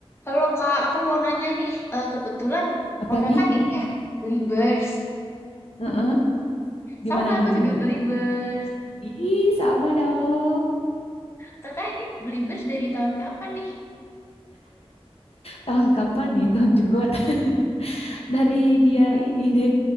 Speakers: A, on the left; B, on the left.
A: Halo Kak, aku mau nanya nih, eh, kebetulan
B: Apa
A: kakak
B: nih?
A: kan ini ya beli Bers.
B: Heeh. Gimana
A: Sama aku
B: nih? Gimana?
A: juga beli Bers.
B: Ih, sama dong.
A: Kakak ini beli Bers dari tahun kapan nih?
B: Tahun kapan ya? Tahun jebot. <laughs> Dari dia ini deh.